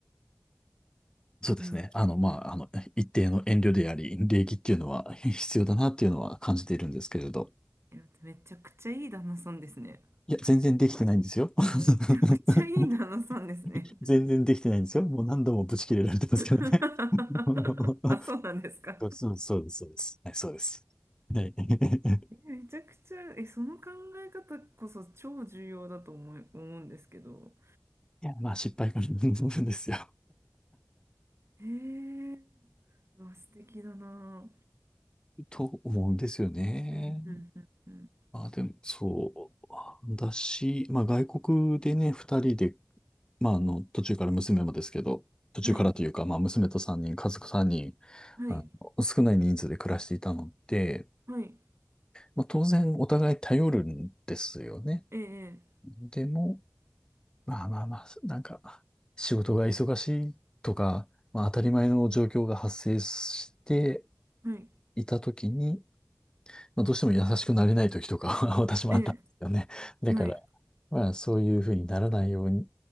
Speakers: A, on the left; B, on the right.
A: そうですね。
B: うん。い
A: あの、まあ、あの、一定の遠慮であり、礼儀っていうのは <laughs> 必要だなっていうのは感じているんですけれど。
B: や、めちゃくちゃいい旦那さんですね。
A: いや、全然できてないんですよ。<laughs>
B: めちゃくちゃいい旦那さんですね。
A: 全然できてないんですよ。もう何度もブチ切れられてますけどね。
B: <laughs>
A: <laughs>
B: あ、そうなんですか。
A: そうそうそうです、そうです。はい、そうです。はい。<laughs>
B: めちゃくちゃ、え、その考え方こそ超重要だと思い、思うんですけど。
A: いや、まあ失敗からなんですよ。
B: へえー、わ素敵だな。
A: と思うんですよね。
B: うんうんうんうん。
A: まあでも、そう。私、まあ外国でね、二人で、まああの、途中から娘もですけど、途中からというか、
B: はい、
A: まあ娘と三人、家族三人、
B: はい、
A: あの、少ない人数で暮らしていたので、
B: はい、
A: まあ当然お互い頼るんですよね。
B: ええ、
A: でも、まあまあまあ、なんか、仕事が忙しいとか、まあ当たり前の状況が発生して
B: はい、
A: いたときに、まあどうしても優しくなれないときとかは <laughs> 私もあったんですよね。
B: ええ、
A: だから、
B: はい。
A: まあそういうふうにならないように、